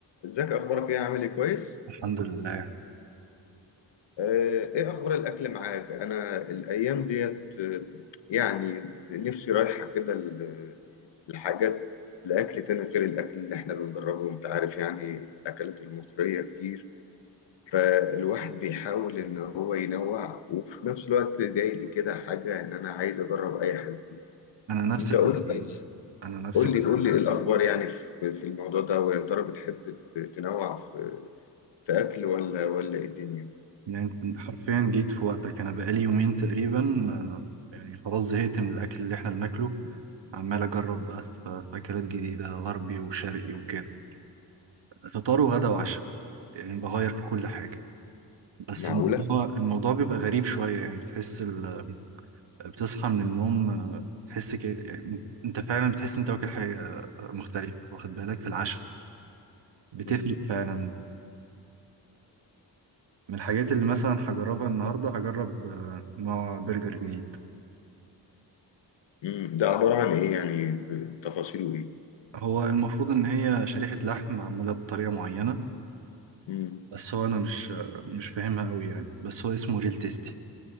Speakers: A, on the left; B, on the right.
A: ازيك اخبارك ايه عامل ايه كويس
B: الحمد لله
A: آه، ايه اخبار الاكل معاك انا الايام ديت آه، يعني نفسي رايحه كده ل- لحاجات لاكل تاني غير الاكل اللي احنا بنجربه وانت عارف يعني الاكلات المصريه كتير فالواحد بيحاول ان هو ينوع وفي نفس الوقت جاي لي كده حاجه ان انا عايز اجرب اي حاجه جديده
B: انا نفس
A: انت
B: الفكره
A: قول لي
B: انا نفس
A: قول
B: الفكره
A: لي قول لي ايه الاخبار يعني في في الموضوع ده ويا ترى بتحب ت- تنوع في في اكل ولا ولا ايه الدنيا
B: يعني أنت حرفيا جيت في وقتك انا بقالي يومين تقريبا آه، يعني خلاص زهقت من الاكل اللي احنا بناكله عمال اجرب بقى في في اكلات جديده غربي وشرقي وكده فطار وغدا وعشاء يعني بغير في كل حاجه بس
A: معقوله
B: الموضوع الموضوع بيبقى غريب شويه يعني بتحس ال... بتصحى من النوم آه، بتحس ك... يعني انت فعلا بتحس انت واكل حاجه آه، مختلفه واخد بالك في العشاء بتفرق
A: مم.
B: فعلا من الحاجات اللي مثلا هجربها النهاردة هجرب آه، نوع برجر جديد
A: مم. ده عبارة عن إيه يعني بتفاصيله إيه؟
B: هو المفروض إن هي شريحة لحم معمولة بطريقة معينة
A: مم.
B: بس هو أنا مش آه، مش فاهمها أوي يعني بس هو اسمه ريل تيستي